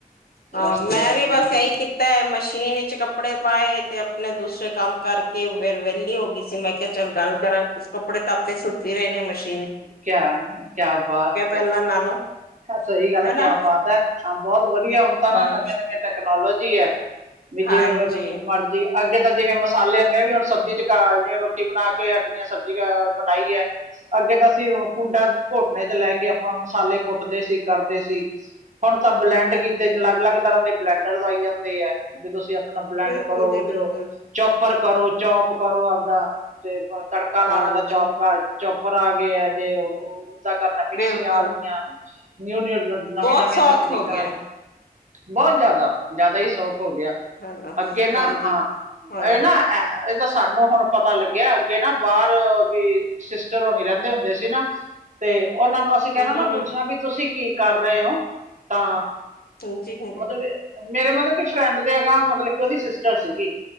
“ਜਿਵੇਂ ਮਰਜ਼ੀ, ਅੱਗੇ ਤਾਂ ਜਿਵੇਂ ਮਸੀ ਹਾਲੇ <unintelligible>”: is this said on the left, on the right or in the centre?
Right